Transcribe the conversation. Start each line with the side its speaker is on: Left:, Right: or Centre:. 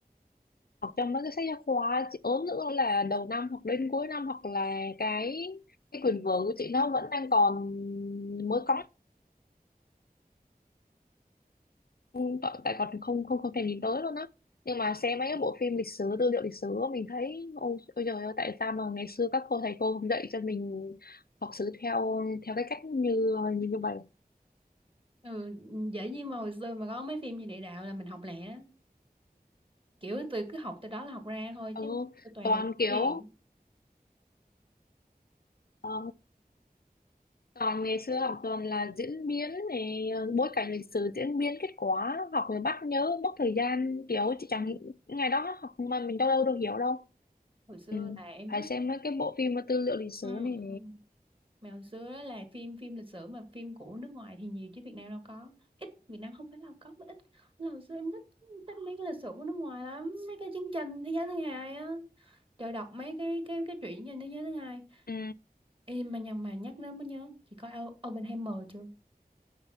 Left: học trong mấy cái sách giáo khoa chị ốm nữa là đầu năm hoặc đến cuối năm hoặc là cái cái quyền vở của chị nó vẫn đang còn mới cóng không tại tại còn không không không thèm nhìn tới luôn á nhưng mà xem mấy cái bộ phim lịch sử tư liệu lịch sử á, mình thấy ôi, ôi trời ơi tại sao mà ngày xưa các cô thầy cô không dạy cho mình học sử theo theo cái cách như như như vậy
Right: ừ dễ gì mà hồi xưa mà có mấy phim như địa đạo là mình học lẹ á kiểu tôi cứ học từ đó là học ra thôi
Left: ừ,
Right: chứ tôi toàn
Left: toàn
Right: là
Left: kiểu
Right: chuyện
Left: ờ, toàn ngày xưa học toàn là diễn biến này ờ, bối cảnh lịch sử diễn biến kết quả học rồi bắt nhớ mất thời gian kiểu chị chẳng ngày đó học mà mình đâu đâu đâu hiểu đâu
Right: hồi xưa
Left: ừ.
Right: là em thích
Left: phải xem mấy cái bộ phim mà tư liệu lịch sử
Right: ừ,
Left: này
Right: ừ. mà hồi xưa đó là phim phim lịch sử mà phim của nước ngoài thì nhiều chứ Việt Nam đâu có ít Việt Nam không phải là có mà ít là hồi xưa em thích thích mấy cái lịch sử của nước ngoài lắm mấy cái chương trình thế giới thứ hai á trời đọc mấy cái cái cái truyện trên thế giới thứ hai
Left: ừ.
Right: Ê, mà nhằn mà nhắc đến mới nhớ chị coi O- Oppenheimer chưa